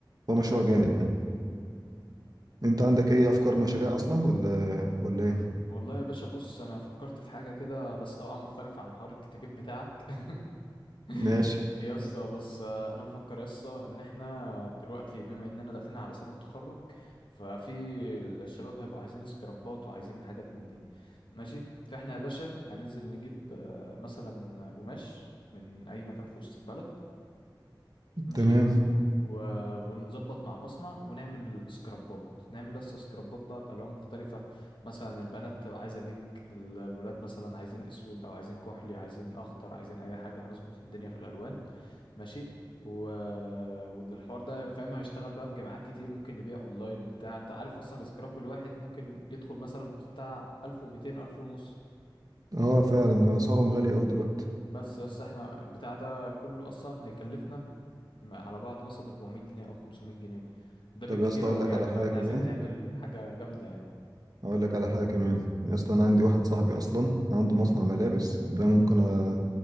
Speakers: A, on the right; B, on the left.
A: هو
B: تمام
A: مشروع جامد يعني انت عندك اي افكار مشاريع اصلا ولا ولا ايه
B: والله يا باشا بص انا فكرت في حاجه كده بس طبعا مختلفه عن حوار الكتاكيت بتاعك <laughs>
A: ماشي
B: يا اسطى بص آه، انا بفكر يا اسطى ان احنا دلوقتي بما اننا داخلين على سنه تخرج ففي الشباب هيبقوا عايزين سكرابات وعايزين حاجات من دي ماشي فاحنا يا باشا هننزل نجيب آه، مثلا قماش من اي مكان في وسط البلد ماشي
A: تمام
B: و... ونظبط مع مصنع ونعمل سكرابات نعمل لسه سكرابات بقى بألوان مختلفة مثلا البنات تبقى عايزة بينك ال- الولاد مثلا عايزين اسود او عايزين كحلي عايزين اخضر عايزين اي حاجة هنظبط الدنيا في الالوان ماشي و... والحوار ده فاهم هيشتغل بقى في جامعات كتير ممكن نبيع اونلاين وبتاع انت عارف اصلا السكراب الواحد ممكن يدخل مثلا بتاع 1200 1000 ونص
A: اه فعلا اسعارهم غاليه قوي دلوقتي
B: بس يس احنا البتاع ده كله اصلا هيكلفنا م- على بعضه مثلا 400 جنيه او 500 جنيه ده بالكتير
A: طب يا اسطى
B: قوي
A: اقول لك
B: يعني
A: على حاجه
B: لو احنا
A: كمان
B: عايزين نعمل حاجه جامده يعني
A: اقول لك على حاجه كمان يا اسطى انا عندي واحد صاحبي اصلا عنده مصنع ملابس ده ممكن أ-